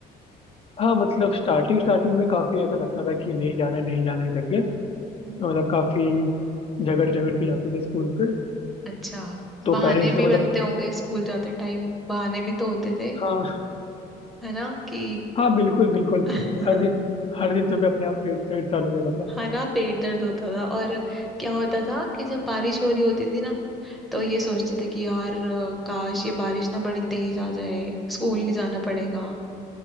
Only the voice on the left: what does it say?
हाँ मतलब स्टार्टिंग स्टार्टिंग में काफी ऐसा लगता था कि नहीं जाना है नहीं जाना है करके तो
मतलब काफी झगड़ झगड़ के जाते थे स्कूल पे
तो पेरेंट्स
ने मतलब
हाँ
हाँ बिल्कुल बिल्कुल
हर दिन हर दिन सुबह अपने आप पेट पेट चालू हो जाता था